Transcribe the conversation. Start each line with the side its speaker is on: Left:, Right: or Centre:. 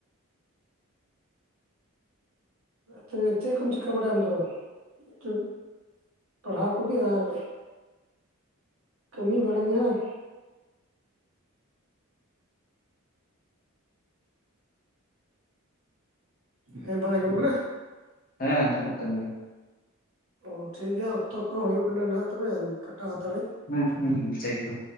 Right: ᱛᱚᱵᱮ ᱪᱮᱫ ᱠᱚᱢ ᱪᱤᱠᱟᱹ ᱵᱟᱲᱟᱭᱟ ᱟᱢ ᱫᱚ <unintelligible> ᱯᱟᱲᱦᱟᱣ ᱠᱚᱜᱮ ᱟᱨ ᱠᱟᱹᱢᱤ ᱵᱟᱲᱟ ᱜᱮ ᱦᱟᱝ? ᱦᱮᱸ ᱵᱟᱝ ᱟᱸᱡᱚᱢᱚᱜ ᱠᱟᱱᱟ᱾
Left: ᱦᱮᱸ ᱟᱸᱡᱚᱢᱚᱜ ᱠᱟᱱ ᱜᱮᱭᱟ᱾
Right: ᱚ ᱴᱷᱤᱠ ᱜᱮᱭᱟ ᱚᱠᱛᱚ ᱠᱚᱦᱚᱸ ᱦᱩᱭᱩᱜ ᱠᱟᱱᱟ ᱱᱟᱦᱟᱜ ᱛᱚᱵᱮ ᱠᱟᱴᱟ ᱦᱟᱛᱟᱲᱟᱹᱧ᱾
Left: ᱦᱩᱸ ᱦᱩᱸ ᱴᱷᱤᱠ ᱜᱮᱭᱟ᱾